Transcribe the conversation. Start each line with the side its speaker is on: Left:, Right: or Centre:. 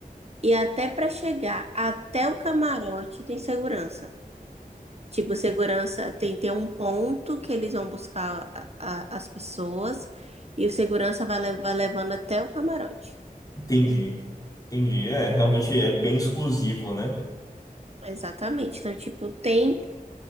Right: E até para chegar até o camarote tem segurança. Tipo, segurança tem, tem um ponto que eles vão buscar a- a- as pessoas e o segurança vai, le- vai levando até o camarote.
Left: entendi. Entendi, é, realmente é bem exclusivo, né?
Right: Exatamente. Então, tipo, tem